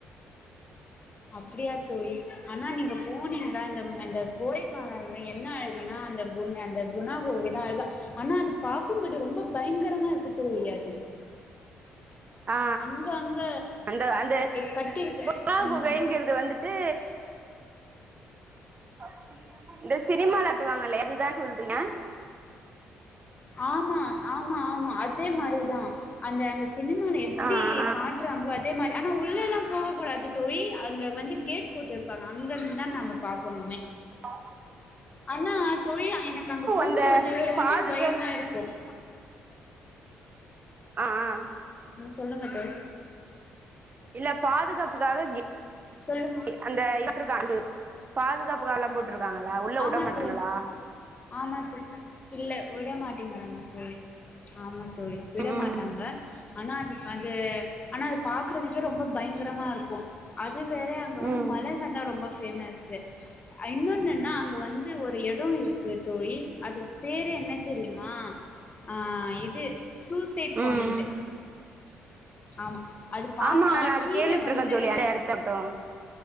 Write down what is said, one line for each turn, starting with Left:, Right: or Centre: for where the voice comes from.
Left: அப்படியா தோழி ஆனா நீங்க
Right: <unintelligible>
Left: போனீங்களா இந்த அந்த கோடைக்கானல என்ன அழுகுனா அந்த குன் அந்த குண கோகை தான் அழுக ஆனா அது <inaudible> க்கும்பது ரொம்ப பயங்கரமா இருக்கு தோழி அது
Right: ஆ
Left: அங்க அங்க
Right: அந்த அந்த
Left: கட்டிருக்கு
Right: புறா
Left: உம்
Right: குகைங்கிறது வந்துட்டு சௌதீரம் இந்த சினிமால ட்டுவாங்கலைய இதுதான் சொல்றீங்க எ
Left: ஆமா ஆமா ஆமா அத் அதே மாரி தான் அது அந்த சினிமால எப்படி
Right: ஆ ஆ
Left: காட்டுறாங்ளோ அதே மாரி ஆனா உள்ளல்லாம் போக கூடாது தொழி அங்க வந்து கேட் போட்ருப்பாங்க அங்கருந்து தான் நம பார்க்கணுமே
Right: ஆ
Left: ஆனா தொழி எனக்கு அங்க போகும்போது
Right: அந்த
Left: ரொம்ப
Right: பாதுகா
Left: பயமாருக்கும்
Right: ஆ அ
Left: ம் சொல்லுங்க தோழி
Right: இல்ல பாதுகாப்புக்காக
Left: சொல்லுங்க
Right: கே அந்த <unintelligible> பாதுகாப்பு காலா போட் இருக்காங்களா உள்ள
Left: ஆமா
Right: விட மாற்றங்களா
Left: தோழி ஆமா தோழி இல்ல விட மட்டேங்கிறாங்க ஆமா தோழி ஆமா தோழி விட
Right: ம்
Left: மாட்டாங்க
Right: ம்
Left: ஆனா அது அது ஆனா அது பாக்குறதுக்கே ரொம்ப பயங்கரமா இருக்கும் அது இது வேற அங்க வந்து
Right: ம்
Left: மழங்கந ரொம்ப பேமசு இன்னொன்னா அங்க வந்து ஒரு எடோ இருக் க்கு தோழி அதுக் பேரே என்ன தெரியுமா ஆ இது சூசைட் பாயிண்ட்
Right: ம்
Left: ஆமா அது பாத்தா
Right: ஆமா அது நா
Left: கீழ
Right: கேள்விப்பட்டுருக்கேன்
Left: வந்து
Right: தோழி அத எடத்தட்டும்